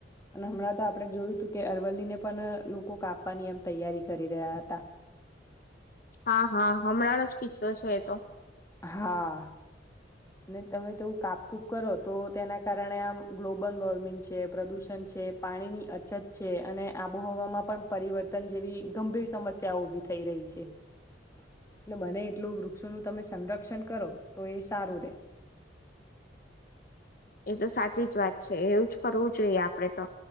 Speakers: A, on the left; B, on the left.
A: અને હમણાં તો આપડે જોયું તું કે અરવલ્લી ને પણ લોકો કાપ પાની આમ તૈયારી કરી રહ્યા હતા
B: હા હા હમણાંનો જ કિસ્સો છે એતો
A: હા અને તમે તેવું કાપકૂપ કરો તો તેના કારણે આમ ગ્લોબલ વોર્મિંગ છે પ્રદુષણ છે છે પાણીની અછત છે અને આબોહવામાં પણ પરિવર્તન જેવી ગંભીર સમસ્યાઓ ઉભી થઈ એટલે બને એટલું વૃક્ષોનું તમે સંરક્ષણ કરો તો એ સારું રે
B: એ તો સાચી જ વાત છે એવું જ કરવું જોઈએ આપડે તો